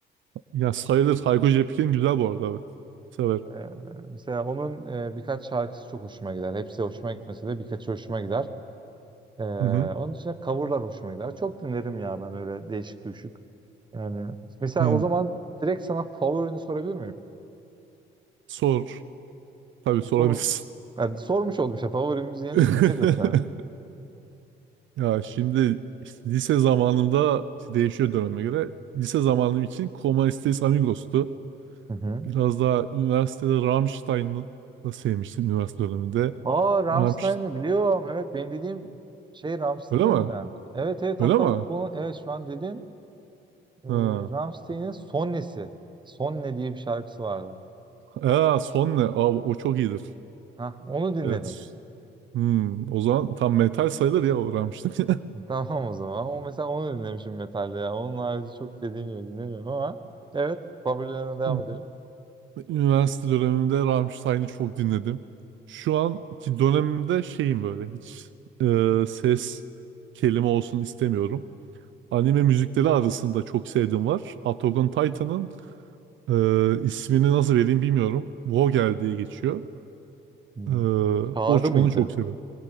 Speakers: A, on the right; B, on the right.
A: Ya sayılır. Hayko Cepkin güzel bu arada evet. Severim.
B: Ee, mesela onun e, birkaç şarkısı çok hoşuma gider. Hepsi hoşuma gitmese de birkaçı hoşuma gider. Ee,
A: Hı hı.
B: onun dışında coverlar hoşuma gider. Çok dinlerim ya ben öyle değişik düşük. Yani mesela
A: Hı.
B: o zaman direkt sana favorini sorabilir miyim?
A: Sor. Tabii sorabilirsin.
B: Favori... Yani sormuş oldum işte favori müziğin
A: <laughs>
B: nedir senin?
A: Ya şimdi işte lise zamanımda işte değişiyor döneme göre. Lise zamanım için Coma Estes Amigos'tu.
B: Hı hı.
A: Biraz daha üniversitede Rammstein'ı sevmiştim üniversite döneminde.
B: Aa Rammstein'i
A: Rammstein.
B: biliyorum. Evet benim dediğim şey Rammstein'den.
A: Öyle mi?
B: Evet evet
A: Öyle
B: hatta
A: mi?
B: o bunu evet şu an dedin Ee,
A: Ha.
B: Rammstein'in Sonnesi. Sonne diye bir şarkısı vardı.
A: Aa, son ne? Aa, o çok iyidir.
B: Hah, onu dinledim.
A: Evet. Hmm, o zaman tam metal sayılır ya o Rammstein.
B: <laughs> Tamam o zaman. O mesela onu dinlemişim metalde ya. Onun harici çok dediğim gibi dinlemiyorum ama evet favorilerine devam
A: <laughs>
B: edelim.
A: Üniversite dönemimde Rammstein'i çok dinledim. Şu anki dönemimde şeyim böyle hiç e, ses kelime olsun istemiyorum. Anime müzikleri arasında çok sevdiğim var. Attack on Titan'ın Ee, ismini nasıl vereyim bilmiyorum. Vogel diye geçiyor.
B: Hmm,
A: Ee,
B: Çağrı
A: o,
B: mıydı?
A: onu çok seviyorum.